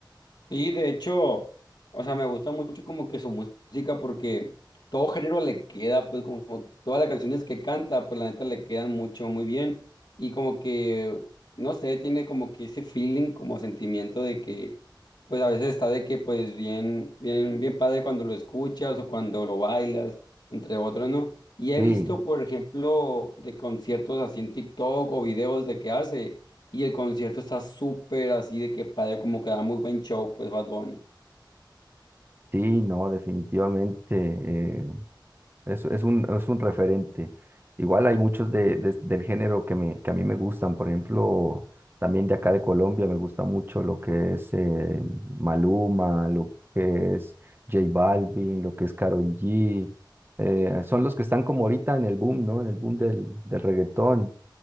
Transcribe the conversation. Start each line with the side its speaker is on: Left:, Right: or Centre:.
Left: Sí, de hecho, o sea, me gusta mucho como que su música porque todo género le queda, pues como que todas las canciones que canta, pues la neta le quedan mucho, muy bien. Y como que, no sé, tiene como que ese feeling, como sentimiento de que, pues a veces está de que, pues bien, bien, bien padre cuando lo escuchas o cuando lo bailas, entre otros, ¿no? Y he
Right: Sí,
Left: visto, por ejemplo, de conciertos así en TikTok o videos de que hace. Y el concierto está súper así de que padre, como que da muy buen show, pues Bad Bunny.
Right: sí, no, definitivamente. eh, Es, es un, es un referente. Igual hay muchos de, de- del género que, me, que a mí me gustan. Por ejemplo, también de acá de Colombia me gusta mucho lo que es eh, Maluma, lo que es J Balvin, lo que es Karol G. eh, son los que están como ahorita en el boom, ¿no? En el boom del, del reggaetón.